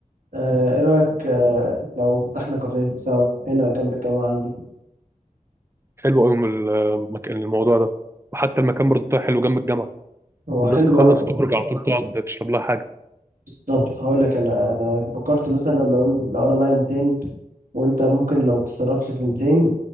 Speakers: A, on the right (about 75°); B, on the right (about 20°).
A: آه، إيه رأيك آه، لو فتحنا كافيه سوا هنا جنب الجامعة عندي
B: حلو قوي المكان الموضوع ده وحتى المكان برضه بتاعه حلو جنب الجامعه
A: هو
B: الناس
A: حلو
B: تخلص
A: أوي
B: تخرج على طول تقعد تشرب لها حاجه
A: بالظبط هقول لك انا انا فكرت مثلا لو انت لو انا معايا 200 وانت ممكن لو تصرف لي في 200